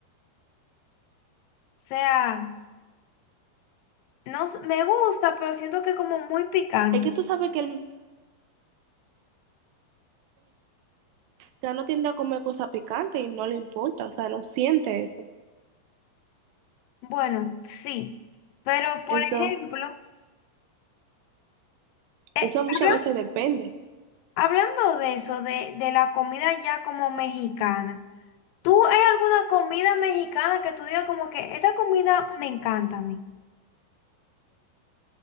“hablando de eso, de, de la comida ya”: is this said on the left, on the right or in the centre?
Left